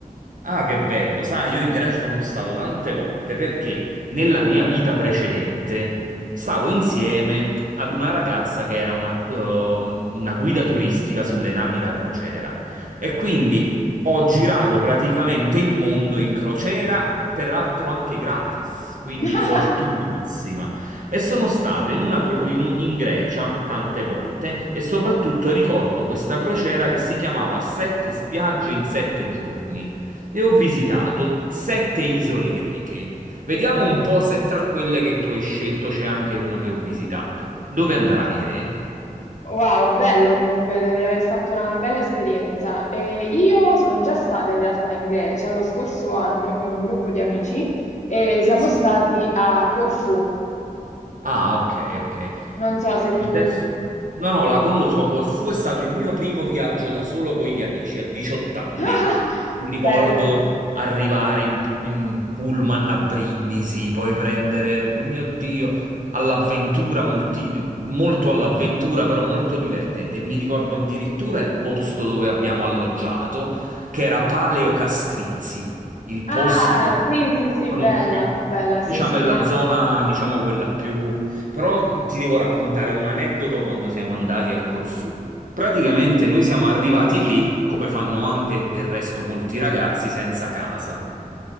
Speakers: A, on the right; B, on the left.
A: Ah, che bello, sai, io in Grecia sono stato tante volte perché nella mia vita precedente stavo insieme ad una ragazza che era una, ehm, una guida turistica sulle navi da crociera e quindi ho girato praticamente il mondo in crociera, peraltro anche gratis, quindi
B: <laughs>
A: fortuna massima. E sono stato in, una cro- in un- in Grecia tante volte e soprattutto ricordo questa crociera che si chiamava Sette spiagge in sette giorni. E ho visitato sette isole greche. Vediamo un po' se tra quelle che tu hai scelto c'è anche una che ho visitato. Dove andrai te?
B: Wow, bello comunque, devi aver fatto una bella esperienza. E io sono già stata in realtà in Grecia lo scorso anno con un gruppo di amici e siamo
A: Sì.
B: stati a Corfù.
A: Ah, ok, ok.
B: Non so se
A: E
B: tu...
A: adesso... No, no, la conosco. Corfù è stato il mio primo viaggio da solo con gli amici a 18 anni.
B: <laughs>
A: Mi ricordo
B: Bello.
A: arrivare in, in pullman a Brindisi, poi prendere, mio Dio, all'avventura, molti- molto all'avventura, però molto divertente. E mi ricordo addirittura il posto dove abbiamo alloggiato, che era Paleo Castrizzi, il posto...
B: Ah, sì, sì, sì,
A: Conosci?
B: bella, bella, sì,
A: Diciamo
B: sì,
A: è la
B: ma...
A: zona, diciamo quella più però ti devo raccontare un aneddoto quando siamo andati a Corfù. Praticamente noi siamo arrivati lì, come fanno anche del resto molti ragazzi, senza casa.